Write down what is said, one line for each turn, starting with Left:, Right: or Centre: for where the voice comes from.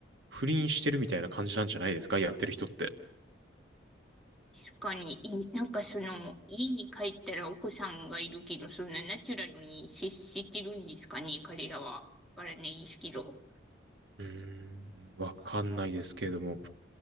Right: 不倫してるみたいな感じなんじゃないですかやってる人って。
Centre: 確かに、えなんかその、家に帰ったら奥さんがいるけど、そんなナチュラルに接してるんですかね、彼らは。わからないですけど。
Right: うーん、わかんないですけれども、